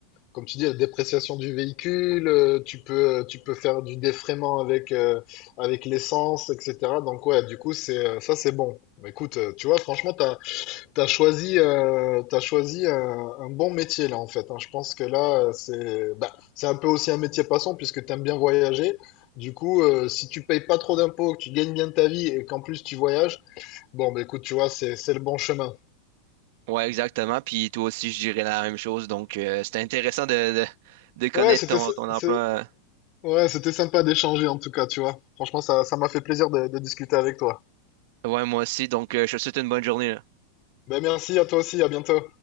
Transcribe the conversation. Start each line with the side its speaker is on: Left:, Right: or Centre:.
Left: Comme tu dis, la dépréciation du véhicule, euh, tu peux, euh, tu peux faire du défraiement avec, euh, avec l'essence, etc. Donc ouais, du coup, c'est, euh, ça c'est bon. Mais écoute, euh, tu vois, franchement, t'as, t'as choisi, euh, t'as choisi un, un bon métier là en fait. hein. Je pense que là, euh, c'est, bah, c'est un peu aussi un métier passant puisque t'aimes bien voyager. Du coup, euh, si tu payes pas trop d'impôts, que tu gagnes bien ta vie et qu'en plus tu voyages, bon, bah écoute, tu vois, c'est, c'est le bon chemin.
Right: Ouais, exactement. Puis toi aussi, je dirais la même chose. Donc, euh, c'était intéressant de, de, de connaître
Left: Ouais, c'était,
Right: ton,
Left: ça-
Right: ton emploi.
Left: c'est-
Right: euh,
Left: Ouais, c'était sympa d'échanger en tout cas, tu vois. Franchement, ça, ça m'a fait plaisir de, de discuter avec toi.
Right: Ouais, moi aussi. Donc, euh, je te souhaite une bonne journée, là.
Left: Ben merci à toi aussi, à bientôt.